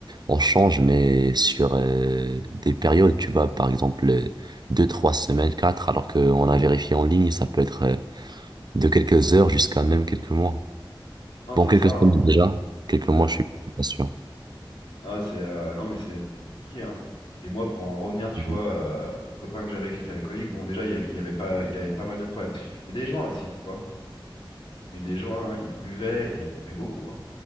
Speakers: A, on the right (about 50°); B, on the left (about 80°).
A: on change, mais sur euh, des périodes, tu vois, par exemple, euh, deux, trois semaines, quatre, alors qu'on a vérifié en ligne, ça peut être euh, de quelques heures jusqu'à même quelques mois.
B: Non,
A: Bon,
B: c'est
A: quelques
B: ça,
A: semaines
B: hein.
A: déjà, quelques mois,
B: Ouais.
A: je suis pas sûr.
B: Ah, c'est euh, non mais c'est c'est compliqué hein. Et moi pour en revenir tu
A: Mhm.
B: vois euh, au copain que j'avais qui était alcoolique, bon déjà il y avait, il y avait pas il avait pas mal de problèmes parce qu'il fumait des joints aussi, tu vois. Il fumait des joints, il buvait, mais il buvait beaucoup hein.